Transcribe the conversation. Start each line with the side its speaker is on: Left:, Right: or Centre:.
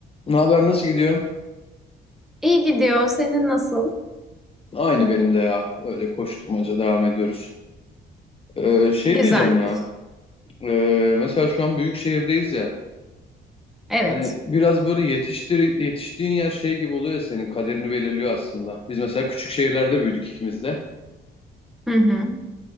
Left: Ne haber nasıl gidiyor?
Centre: İyi gidiyor. Senin nasıl?
Left: Aynı benim de ya. Öyle koşturmaca devam ediyoruz. Ee, şey
Centre: Güzelmiş.
Left: diyeceğim ya. ee, mesela şu an büyük şehirdeyiz ya.
Centre: Evet.
Left: Hani biraz böyle yetiştir yetiştiğin yer şey gibi oluyor ya senin kaderini belirliyor aslında. Biz mesela küçük şehirlerde büyüdük ikimiz de.
Centre: Hı hı.